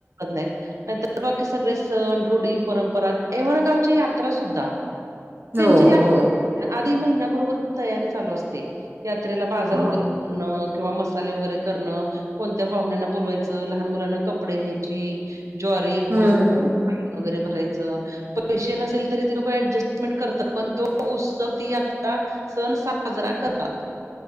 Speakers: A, on the right; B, on the right.
A: नाहीत. नाहीतर बाकी सगळे सण, रुढी, परंपरा एव्हाना गावची यात्रा सुद्धा. <inaudible> त्यांची
B: हो
A: यात्रेच्या
B: हो
A: आधी महिना बरोबर तयारी चालू असते. यात्रेला बाजार
B: हो
A: वगैरे करणं किंवा मसाले वगैरे करणं कोणत्या पाहुण्यांना बोलवायचं, लहान मुलांना कपडे घ्यायची, ज्वारी, गहू
B: हम्म
A: <unintelligible> वगैरे भरायचं. पैसे नसेल तरी ती लोक ऍडजस्टमेंट करतात, पण तो उत्सव ती यात्रा, सण साजरा करतात,